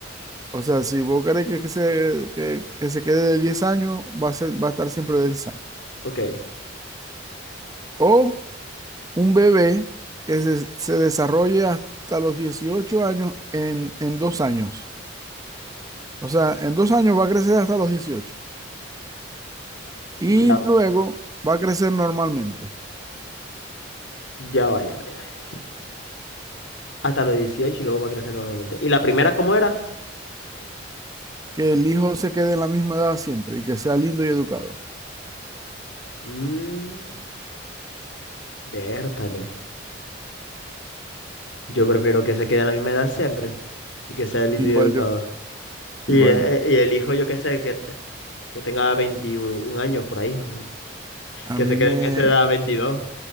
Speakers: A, on the right (about 20°); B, on the left (about 80°).
A: O sea, si vos querés que, que se, que, que se quede de 10 años, va a ser, va a estar siempre de 10 años.
B: Ok,
A: O un bebé que se, se desarrolle hasta los 18 años en, en dos años. O sea, en dos años va a crecer hasta los dieciocho Y
B: ya va,
A: luego va a crecer normalmente.
B: ya va, ya va, ya va. Hasta los 18 y luego va a crecer normalmente. ¿Y la primera cómo era?
A: Que el hijo se quede en la misma edad siempre y que sea lindo y educado.
B: Mmm, vértale. Yo prefiero que se quede en la misma edad siempre y que sea lindo
A: Igual
B: y educado.
A: yo,
B: Y,
A: igual
B: eh,
A: yo.
B: y el hijo, yo qué sé, que, que tenga 21 años por ahí.
A: A
B: Que
A: mí
B: se quede
A: me,
B: en esa edad veintidós